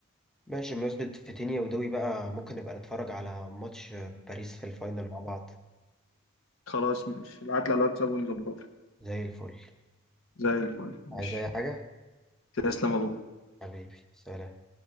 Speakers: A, in the centre; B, on the left.
A: ماشي بمناسبة فيتينيا ودوي بقى ممكن نبقى نتفرج على ماتش باريس في الفاينل مع بعض
B: خلاص مش ابعت لي على الواتساب ونظبطه
A: زي الفل
B: زي الفل ماشي
A: عايز اي حاجة
B: تسلم يا ابو
A: حبيبي سلام